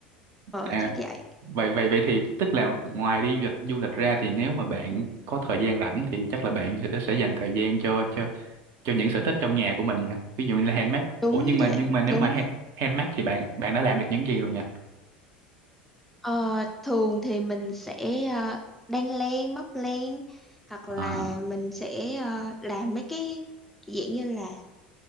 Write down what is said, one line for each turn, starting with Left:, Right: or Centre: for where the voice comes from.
Centre: ờ
Right: à
Centre: chắc vậy
Right: vậy vậy vậy thì tức là ngoài đi du lịch du lịch ra thì nếu mà bạn có thời gian rảnh thì chắc là bạn sẽ, sẽ dành thời gian cho cho cho những sở thích trong nhà của mình nha ví dụ như là handmade
Centre: đúng
Right: ủa nhưng mà
Centre: vậy
Right: nhưng mà nếu
Centre: đúng
Right: mà ha-
Centre: vậy
Right: handmade thì bạn bạn đã làm được những gì rồi nha
Centre: Ờ, thường thì mình sẽ ờ, đan len, móc len hoặc là
Right: À,
Centre: mình sẽ ờ, làm mấy cái dạng như là